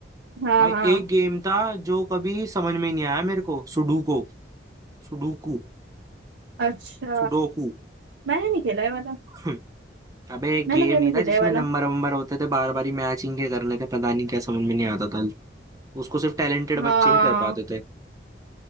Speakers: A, on the right (about 80°); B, on the right (about 20°).
A: हाँ
B: भाई
A: हाँ
B: एक गेम था जो कभी समझ में ही नहीं आया मेरे को सुडोको सुडोकू
A: अच्छा
B: सुडोकू
A: मैंने नहीं खेला है वाला
B: <laughs> अबे एक
A: मैंने
B: गेम
A: गेम
B: नहीं
A: नहीं खेला
B: था जिसमें
A: है वाला
B: नंबर वंबर होते थे बार बार ही मैचिंग के करने थे पता नहीं क्या समझ में नहीं आता था उसको सिर्फ टैलेंटेड
A: हाँ
B: बच्चे ही कर पाते थे